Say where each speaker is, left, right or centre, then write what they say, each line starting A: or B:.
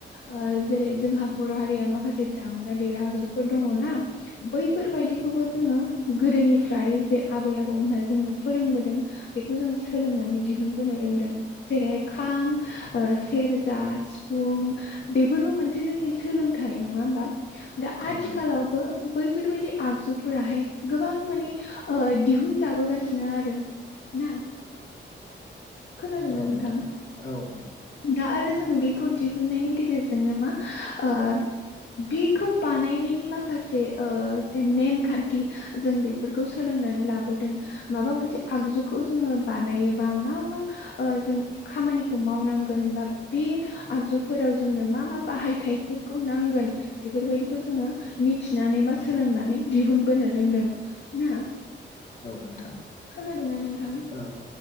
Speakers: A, on the left; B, on the left.
A: ओ जेरै जोंहा बर' हारि या माखासे दामग्रा देग्रा आगजुफोर दङ'ना। बैफोरबायदिखौबो जोङो गोदोनिफ्राय जे आबै आबौमोनहा जोंनो फोरोंबोदों बेखौ जों सोलोंनानै दिहुनबोनो रोंदों। जेरैहाय खाम ओ सेरजा, सिफुं बेफोरबो मोनसे जोंनि सोलोंथाइ। नङा होमबा? दा
B: औ
A: आथिखालावबो
B: नोंथां औ नोंथां
A: बैफोरबायदि आगजुफोराहाय गोबां माने ओ‌ दिहुन जाबोगासिनो आरो। ना खोनादोंना
B: औ
A: नोंथां?
B: औ
A: दा आरो जों बेखौ दिहुननायनि गेजेरजोंनो मा ओ बेखौ बानायनायनि माखासे ओ जे नेमखान्थि जों बेफोरखौ सोलोंनानै लाबोदों माबा मोनसे आगजुखौ जोङो बानायोबा मा मा ओ जों खामानिखौ मावनांगोन बा बे आगजुफोराव जोंनो मा मा बाहायथायफोरखौ नांगोन बेफोरबायदिखौ जोङो मिथिनानै बा सोलोंनानै दिहुनबोनो रोंदों ना।
B: नोंथां
A: खोनादोंना नोंथा?
B: औ